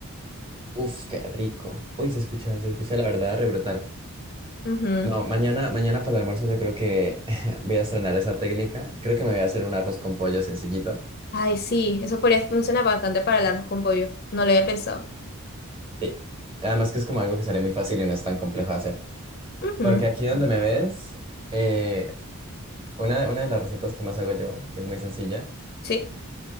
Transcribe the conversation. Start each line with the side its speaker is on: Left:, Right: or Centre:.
Right: Uf, qué rico. Uy, se escucha, se escucha la verdad re brutal.
Left: Ujú.
Right: No, mañana, mañana para el almuerzo yo creo que <laughs> voy a estrenar esa técnica. Creo que me voy a hacer un arroz con pollo sencillito.
Left: Ay, sí, eso podría funcionar bastante para el arroz con pollo, no lo había pensado.
Right: Sí. Además que es como algo que sale muy fácil y no es tan complejo de hacer.
Left: Ujú,
Right: Porque aquí donde me ves, eh, una, una de las recetas que más hago yo, que es muy sencilla,
Left: Sí,